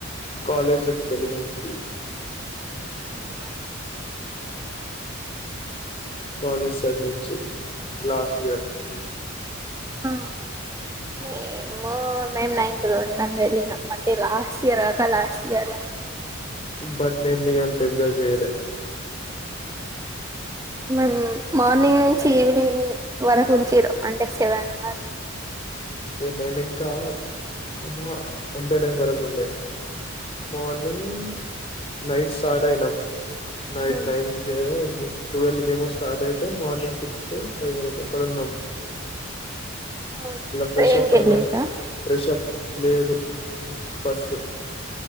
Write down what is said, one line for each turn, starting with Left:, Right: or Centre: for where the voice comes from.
Left: కాలేజ్ ట్రిప్ కి వెళ్లినము చి
Right: అవునా
Left: కాలేజ్ సైడ్ నుంచి లాస్ట్ ఇయర్
Right: హ మేము నేను నైన్త్ లా ఉండంగ ఎళ్లిన అంటే లాస్ట్ సి రాక లాస్ట్ ఇయర్ ల
Left: బట్ నే మీ అంత ఎంజాయ్ చేయలే
Right: మేమ్ మార్నింగ్ నుంచి ఈవినింగ్ వరకు ఉంచిరు అంటే సెవెన్ అ
Left: ఏ మెమింకా అమా అంతే టైం వరకుండే మార్నింగ్ నైట్ స్టార్ట్ అయినాం నైట్
Right: ఉమ్
Left: నైన్ కి ట్వెల్వ్ కి ఏమో స్టార్ట్ అయితె మార్నింగ్ సిక్స్ క ఫైవ్ అక్కడ ఉన్నాము
Right: అవును
Left: ఫ్రెష్
Right: ట్రైన్
Left: అప్
Right: కి
Left: అయినాము
Right: వెళ్ళిర్రా
Left: ఫ్రెష్ అ ప్ లేదు బస్